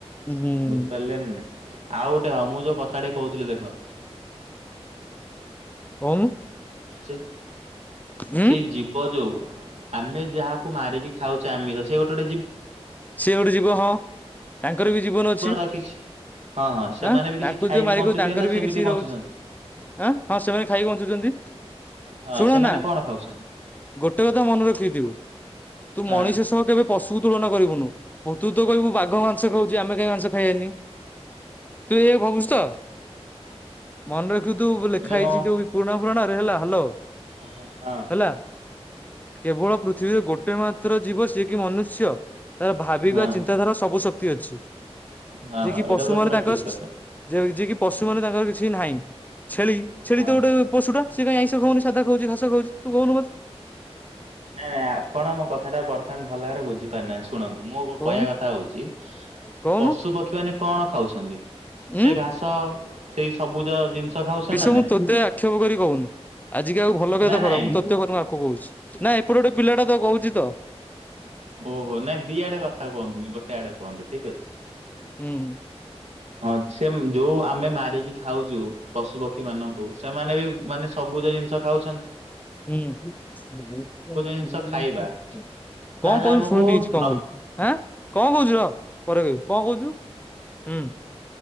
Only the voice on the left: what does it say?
ଉଁ
କୋହୁନୁ।
ହୁଁ
ସିଏ ଗୋଟେ ଯିବ ହଁ ତାଙ୍କର ବି ଜୀବନ ଅଛି।
ଆଁ
ତାଙ୍କୁ
ଯୋଉ ମାରିକ
ତାଙ୍କର
ବି କିଛି
ରହୁଛି। ଆଁ ହଁ ସେମାନେ ଖାଇକି ବଞ୍ଚୁଚନ୍ତି।
ଶୁଣ
ନା
ଗୋଟେ କଥା ମନେ ରଖିଥିବୁ ତୁ
ମଣିଷ ସହ କେବେ ପଶୁକୁ ତୁଳନ କରିବୁନୁ ପ ତୁତ କହିବୁ ବାଘ ମାଂସ ଖାଉଛି ଆମେ କାହିଁ ମାଂସ ଖାଇବାନି। ତୁ ଏୟା ଭାବୁଚୁ ତ? ମନେ ରଖୁ ତୁ ଲେଖା
ହେଇଛି ଯୋଉ ଗୁଣ ପୁରୁଣାରେ ହେଲା ହାଲୋ।
ହେଲା କେବଳ ପୃଥିବୀରେ ଗୋଟେ ମାତ୍ର ଜୀବ ସିଏ କି ମନୁଷ୍ୟ ତାର ଭାବିିବା
ଚିନ୍ତାଧାରା ସବୁ ଶକ୍ତି ଅଛି
ଯିଏ
କି
ପଶୁମାନେ
ତାଙ୍କ
ଯେ ଯିଏ କି ପଶୁ ମାନେ ତାଙ୍କର କିଛି ନାହିଁ ଛେଳି ଛେଳି
ତ
ଗୋଟେ ପଶୁଟା ସେ କାଇଁ ଆଇଁଷ ଖାଉନି ସାଧା ଖାଉଛି ଘାସ ଖାଉଛି ତୁ କହୁନୁ ମତେ।
କହୁନୁ
କହୁନୁ
ଉଁ
ବିଷୁ
ମୁଁ
ତୋତେ ଆକ୍ଷେପ କରି କହୁନି ଆଜି କାହାକୁ ଭଲ କହିବୁ
ତ ଖରାପ
ମୁଁ ତତେ କହୁନୁ ମୁଁ ଆକୁ କହୁଛି। ନା ଏପଟେ ଗୋଟେ ପିଲାଟା ତ କହୁଛି ତ।
ହୁଁ ହୁଁ।
ହୁଁ <unintelligible>
କଣ କହୁଚୁ
ଶୁଣିନି କିଛି କଣ
କହିଲୁ ଆଁ କଣ କହୁଚୁ ରହ ପରେ କହିବୁ। କଣ କହୁଛୁ ହୁଁ